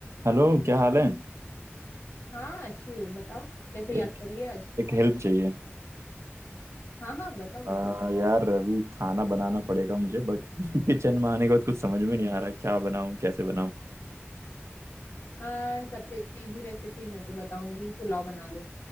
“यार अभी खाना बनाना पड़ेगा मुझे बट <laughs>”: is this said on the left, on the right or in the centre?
Right